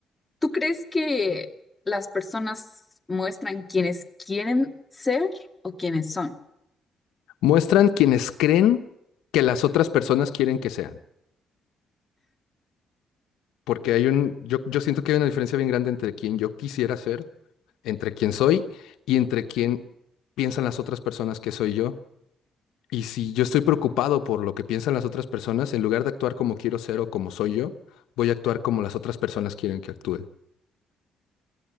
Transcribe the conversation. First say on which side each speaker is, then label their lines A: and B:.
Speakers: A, on the left; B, on the left.
A: ¿Tú crees que las personas muestran quienes quieren ser o quienes son?
B: Muestran quienes creen que las otras personas quieren que sean. Porque hay un, yo, yo siento que hay una diferencia bien grande entre quien yo quisiera ser entre quién soy y entre quién piensan las otras personas que soy yo. Y si yo estoy preocupado por lo que piensan las otras personas, en lugar de actuar como quiero ser o como soy yo, voy a actuar como las otras personas quieren que actúe.